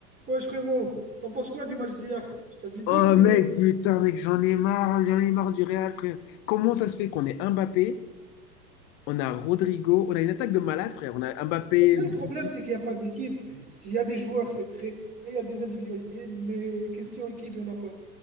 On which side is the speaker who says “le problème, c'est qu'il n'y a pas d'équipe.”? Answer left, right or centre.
Right